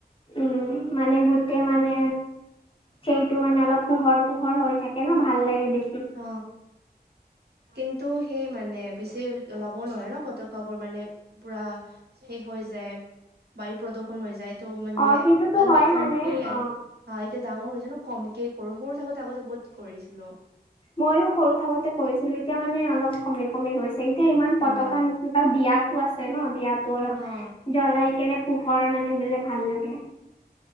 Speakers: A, on the left; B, on the right.
A: উম মানে গোটেই মানে। সেইটো মানে অলপ পোহৰ পোহৰ হৈ থাকে ন ভাল লাগে দেখি।
B: অ কিন্তু সেই মানে বেছি। জ্বলাব নোৱাৰে ন পতকা বোৰ মানে পুৰা শেষ হৈ যায়। বায়ু প্ৰদূ্ষন হৈ যায় তো মানে
A: অ সেইটোতো
B: অলপ
A: হয়
B: কমকে।
A: মানে অ
B: হা এতিয়া ডাঙৰ হৈছো ন কমকে কৰো সৰু থাকোঁতে আগতে বহুত কৰিছিলো।
A: মইও সৰু থাকোতে কৰিছিলো এতিয়া মানে অলপ কমি কমি গৈছে এতিয়া ইমান
B: হয়
A: পতকা ন তাও দিয়াতো আছে ন দিয়াতো
B: হা
A: অলপ
B: হা
A: জ্বলাই কেনে পোহৰ মানে দিলে। ভাল লাগে